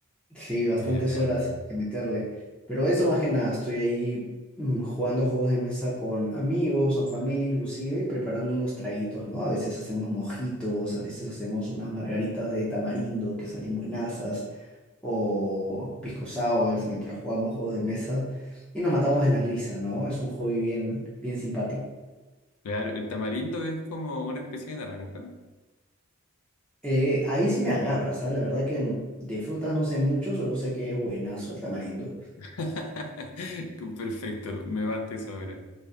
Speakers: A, in the centre; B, on the left (about 80°).
A: Sí, bastantes
B: es eterno.
A: horas que meterle. Pero eso más que nada, estoy ahí mm, jugando juegos de mesa con amigos o familia inclusive y preparando unos traguitos, ¿no? A veces hacemos mojitos, a veces hacemos unas margaritas de tamarindo que salen buenazas o pisco sours mientras jugamos juegos de mesa y nos matamos de la risa, ¿no? Es un hobby bien, bien simpático.
B: Claro, el tamarindo es como una especie de naranja.
A: Eh, ahí sí me agarras, ¿sabes? La verdad que en- de frutas no sé mucho, solo sé que es buenazo el tamarindo.
B: <laughs> Perfecto, me basta y sobra.